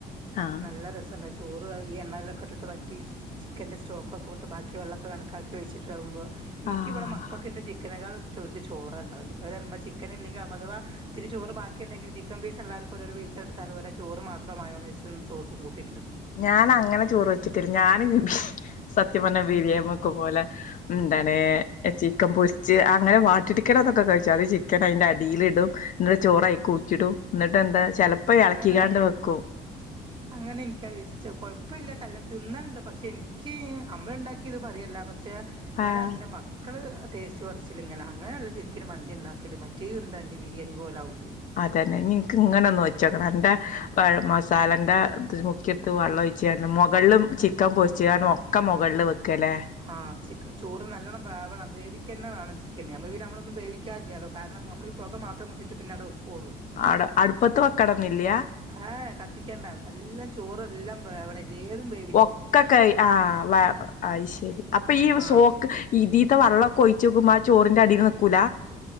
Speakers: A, on the right; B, on the left.
A: അപ്പൊ
B: ആഹ്
A: നല്ല രസണ്ടാവും ചി ചോറ് അത് ഈ എണ്ണേലൊക്കെട്ടിട്ട് വറ്റി ചിക്കൻ്റെ സ്റ്റോക്കെ വിട്ട് ബാക്കി വെള്ളൊക്കെ കണക്കാക്കി ഒയ്ച്ച്ട്ടാകുമ്പൊ ഇൻക്കിവടെ
B: ആഹ്
A: മക്ക ക്കൊക്കെ ഇന്റെ ചിക്കനേക്കാളും ഇഷ്ടം ഓൽക്ക് ചോറാണ്ടാവല് ഓല് പറയും മ്മ ചിക്കനില്ലെങ്കിലും അഥവാ ത്തിരി ചോറ് ബാക്കി ഒക്കെണ്ടെങ്കി ചിക്കൻ പീസ് എല്ലാർക്കും ഓരോരോ പീസ്ട്ത്താല് ഓരാ ചോറും മാത്രമയണൊയ്സും സോസും കൂട്ടി തിന്നും
B: ഞാൻ അങ്ങനെ ചോറ് വെച്ച്ട്ടില്ല ഞാൻ സത്യ പർഞ്ഞ ബിരിയാ വെക്കും പോലെ എന്താണ് ചിക്കൻ പൊരിച്ച് അങ്ങനെ വാട്ടിട്ക്കലൊക്കെ കയ്ച്ചു അത് ചിക്കനയ്ന്റെ അടിലിടും ന്ന്ട്ട് ചോറയ്ൽക്കൂറ്റിടും ന്ന്ട്ട് എന്താ ചെൽപ്പോ
A: അങ്ങനെ
B: എളക്കിക്കാണ്ട് വെക്കും
A: അങ്ങനെ എനിക്കത്ഷ് ക്ഷേ കൊഴപ്പല്ല കല്ലോം തിന്നൽണ്ട് പക്ഷേ ഇൻക്ക് നമ്മൾണ്ടാക്ക്യേത് പറയല്ല പക്ഷേ ഇങ്ങനെ
B: ആഹ്
A: ന്റെ മക് ക്കള് ടേസ്റ്റ് പർച്ചില് ഇങ്ങനെ അങ്ങനെ ല്ലെ ശെരിക്കിനും മന്തി ണ്ടാക്കല് മറ്റേ എന്താണ്ടി ബിരിയാണി പോലാവൂലെ
B: അതെന്നെ ഞ്ഞി ഇൻക്ക്ങ്ങനൊന്ന് വെച്ചോക്കണം അന്റെ മസാലന്റെത് മുക്കിട്ത്ത് വള്ളൊയ് ച്ചാണ്ട് മൊകൾലും ചിക്കൻ
A: ആഹ്
B: പൊരിച്ചാണ്ട് ഒക്കെ മൊകൾല് വെക്കാല്ലേ
A: ആ ചിക് ചോറ് നല്ലോണം വേവണം വേവിക്കെന്നെ വേണം ചിക്കന് നമ്മൾ പിന്നെ നമ്മളൊന്നും വേവിക്കാല്ലാലോ കാരണം നമ്മൾ ഈ പൊക മാത്രം വെച്ചിട്ട് പിന്നടെ വെക്കൊള്ളു
B: ആടെ അട്പ്പത്ത് വെക്കണംന്നില്ല
A: ഏഹ് കത്തിക്കണ്ട എല്ലം ചോറെല്ലം വെവണെ <unintelligible>
B: ഒക്കെ കൈ ആ വ അത് ശെരി അപ്പൊ ഈ
A: ആഹ്
B: സോക്ക് ഇതീത്തെ വള്ളൊക്കൊയ്ച്ചോക്ക്മ്പൊ ആ ചോറിന്റടില് നിക്കൂല